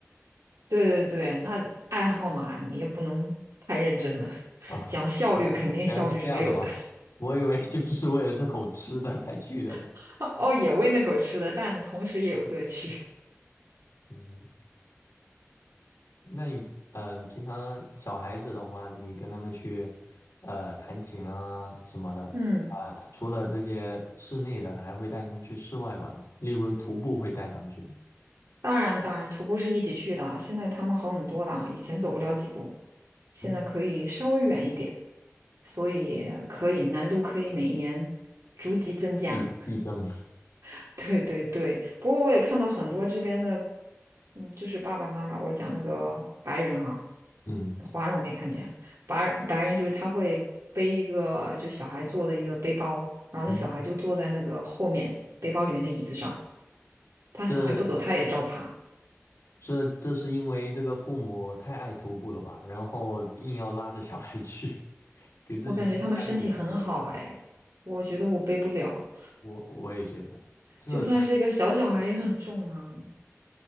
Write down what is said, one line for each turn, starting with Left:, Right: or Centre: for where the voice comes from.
Right: 对对对，那爱好嘛，你也不能太认真了，
Left: 啊，
Right: 讲效率肯定效率是没有的。
Left: 呃原来是这样的吗？我以为就 <laughs> 是为了这口吃的才去的呢。
Right: <laughs> 哦，也喂那口吃的，但同时也有乐趣。
Left: 嗯，那你呃，平常小孩子的话，你跟他们去呃弹琴啊什么的啊，
Right: <laughs> 嗯。
Left: 除了这些室内的，还会带他们去室外玩吗？例如徒步会带他们去吗？
Right: 当然，当然，徒步是一起去的啊。现在他们好很多了啊，以前走不了几步，现在可以稍微远一点，
Left: 嗯，
Right: 所以可以难度可以每一年逐级增加。
Left: 力力争，
Right: <laughs> 对对对，不过我也看到很多这边的，嗯，就是爸爸妈妈，我讲那个白人哈、
Left: <laughs> 嗯
Right: 华人我没看见，白白人就是他会背一个就小孩坐的一个背包，然后那小孩就坐在那个后面背包里面的椅子上，
Left: 嗯，
Right: 他小孩不走，
Left: 这
Right: 他也照爬。
Left: 这这是因为这个父母太爱徒步了吧，然后硬要拉着小孩去，<laughs> 给自己增加一点负重。
Right: 我感觉他们身体很好哎，我觉得我背不了，
Left: 我我也觉得，这
Right: 就算是一个小小孩也很重啊。